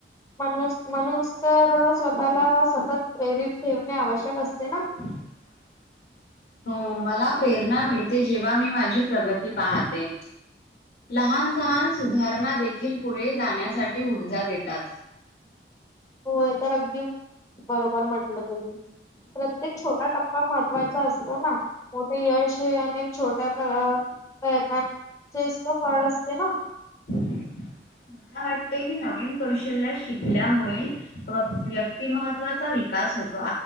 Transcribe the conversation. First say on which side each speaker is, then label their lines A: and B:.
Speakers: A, on the left (about 20°); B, on the left (about 70°).
A: म्हणून म्हणून तर स्वतःला सतत प्रेरित ठेवणे आवश्यक असते ना?
B: <inaudible> हो मला प्रेरणा मिळते जेव्हा, मी माझी प्रगती पाहते. लहान सहान सुधारणा देखील पुढे जाण्यासाठी ऊर्जा देतात.
A: होय तर अगदी बरोबर म्हंटलं तुम्ही. प्रत्येक छोटा टप्पा महत्त्वाचा असतो ना? मोठे यश हे अनेक छोट्या करनाचेच तर फळ असते ना?
B: <inaudible> मला वाटते की, नवीन कौशल्य शिकल्यामुळे व्यक्तिमहत्त्वाचा विकास होतो,